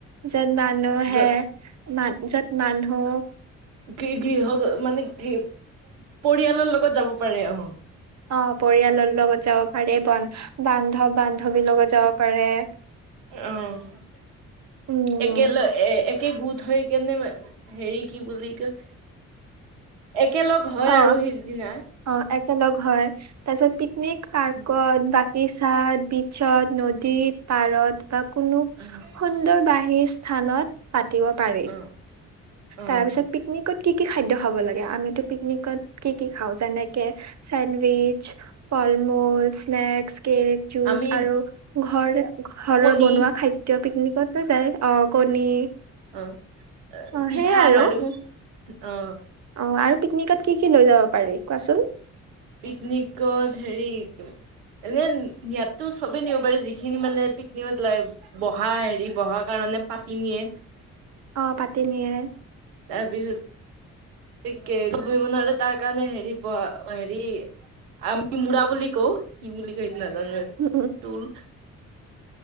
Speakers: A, on the right (about 45°); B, on the right (about 80°).
A: য'ত মানুহে
B: য'ত
A: মান য'ত মানুহ
B: গৃ গৃহ গ মানে গৃ পৰিয়ালৰ লগত যাব পাৰে, অ।
A: অ, পৰিয়ালৰ লগত যাব পাৰে। বন বান্ধৱ বান্ধৱীৰ লগত যাব পাৰে।
B: অ।
A: উম
B: একেল একে গোট হৈ কেনে, হেৰি কি বুলি কয়?
A: <inaudible>
B: একেলগ হয়
A: অ
B: আৰু সিদিনা।
A: অ, একেলগ হয়। তাৰ পিছত পিকনিক পাৰ্কত
B: উম
A: বা ইচাদ বিচত নদীত পাৰত বা কোনো
B: উম।
A: সুন্দৰ বাহিৰ স্থানত পাতিব পাৰে।
B: <unintelligible> উম
A: তাৰপিছত পিকনিকত কি কি খাদ্য খাব লাগে? আমিতো পিকনিকত কি কি খাওঁ? যেনেকে চেণ্ডউইচ, ফল মূল, স্নেক্স, কেক, জুচ
B: আমি
A: আৰু ঘৰৰে ঘৰৰ
B: কণী
A: বনোৱা খাদ্য পিকনিকত লৈ যায়, অ। কণী।
B: অ,
A: অ
B: পিঠা
A: সেইয়াই আৰু
B: লাৰু। অ।
A: অ। আৰু পিকনিকত কি কি লৈ যাব পাৰি কোৱাচোন?
B: পিকনিকত হেৰি এনে নিয়াততো সবেই নিব পাৰি যিখিনি মানে পিকনিকত লা বহা হেৰি বহা কাৰণে পাটি নিয়ে।
A: অ, পাটি নিয়ে।
B: তাৰ পিছত সি কেবট বহিব নোৱাৰে তাৰ কাৰণে হেৰি ব হেৰি আমি মুৰা বুলি কওঁ কি বুলি কয় সেইটো নাজানো আৰু
A: উম
B: টুল